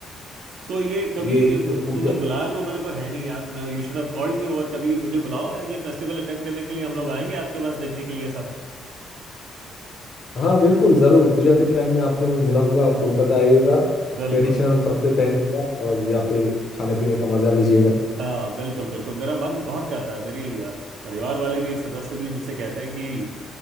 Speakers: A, on the right; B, on the left.
A: सो ये कभी
B: ये एक
A: अ,
B: पू- पूजा
A: तुमने बुलाया तो मेरे को है नहीं यार You should have called me और कभी मुझे बुलाओ ये फेस्टिवल अटेंड करने के लिए हम लोग आएंगे आपके पास देखने के लिए सब
B: हाँ बिल्कुल जरूर पूजा के टाइम में आपको मैं बुलाऊंगा आप कोलकाता आइएगा
A: बिल्कुल
B: ट्रेडिशनल कपड़े पहनिएगा और यहाँ पे खाने पीने का मजा लीजिएगा
A: हाँ बिल्कुल बिल्कुल मेरा मन बहुत करता है मेरी अ, परिवार वाले भी सदस्य भी मुझसे कहते हैं कि